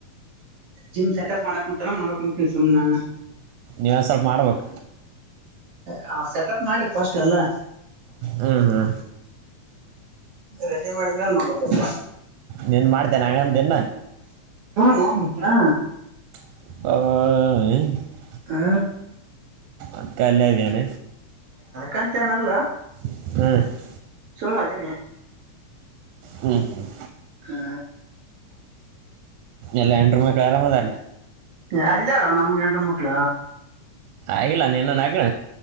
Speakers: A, on the right; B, on the right.
A: ಜಿಮ್ ಸೆಟಪ್ ಮಾಡಕ್ ಕುಂತಲ್ಲ ನೋಡಕಕ್ ಕುಂತಿನಿ ಸುಮ್ ನಾನು
B: ನೀವ್ ಸ್ವಲ್ಪ ಮಾಡ್ಬೇಕ
A: ಹ ಸೆಟಪ್ ಮಾಡ್ಲಿ ಫಸ್ಟ್ ಎಲ್ಲಾ
B: ಹ್ಞೂ ಹ್ಞೂ
A: ರೆಡಿ ಮಾಡಿದ್ಮೇಲೆ ನೋಡಬೇಕ
B: ನೀನ್ ಮಾಡ್ತೇನೆ ಹಂಗಂದ ಇನ್
A: ನೋ ಮತ್ತ ಹಾ
B: ಹ....
A: ಹಾ
B: ಅಕ್ಕ ಅಲ್ಲದಯಾನ
A: ಕಂಚನಲ್ಲ
B: ಹ್ಮ
A: ಸುಮ್ ಅದಿನಿ
B: ಹ್ಮ್ ಹ್ಮ್
A: ಹಾ
B: ಎಲ್ಲ ಹೆಂಡ್ರು ಮಕ್ಳು ಆರ ಮಾದಾರಣ
A: ಅಲ್ಲಯಾರ ನಮ್ಗೆ ಹೆಂಡ್ರು ಮಕ್ಳ
B: ಆಗಿಲ್ಲ ನೀನನ್ ಆಗಣ